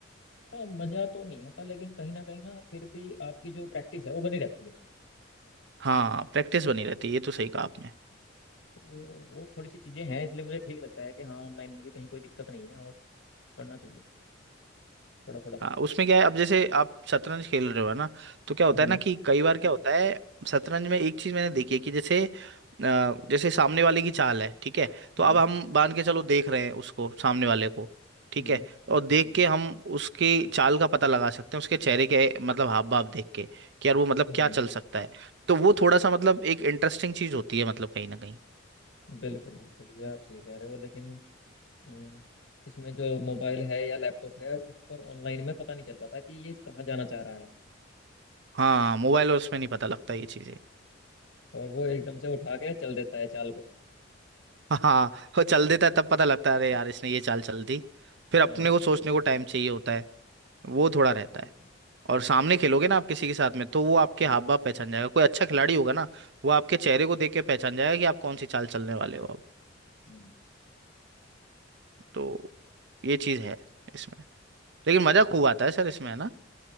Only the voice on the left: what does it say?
हाँ मजा तो नहीं आता लेकिन कहीं ना कहीं ना फिर भी आपकी जो प्रैक्टिस है वो बनी रहती है
तो वो थोड़ी सी चीजें हैं इसलिए मुझे ठीक लगता है कि हाँ ऑनलाइन में भी कहीं कोई दिक्कत नहीं है और करना चाहिए थोड़ा थोड़ा सा
हम्म
हम्म
हम्म
हाँ हम्म,
बिल्कुल बिल्कुल ये आप सही कह रहे हो लेकिन अम, इसमें जो मोबाइल है या लैपटॉप है उस पर ऑनलाइन में पता नहीं चल पाता कि ये कहाँ जाना चाह रहा है
और वो एकदम से उठा के चल देता है चाल को
हाँ
बिल्कुल
हम्म
हम्म